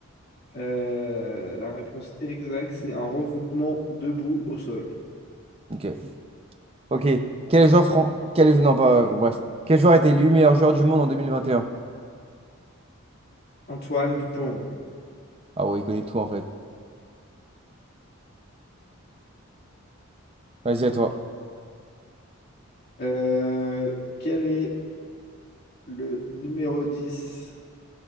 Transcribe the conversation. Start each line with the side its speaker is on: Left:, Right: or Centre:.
Left: euh, La réponse exacte, c'est un regroupement debout au sol.
Right: Ok. Ok. Quel joueur fran... Quel... Non, pas. euh, bref. Quel joueur a été élu meilleur joueur du monde en 2021?
Left: Antoine Dupont.
Right: Ah ouais, il connaît tout en fait. Vas-y, à toi.
Left: Euh, Quel est le numéro 10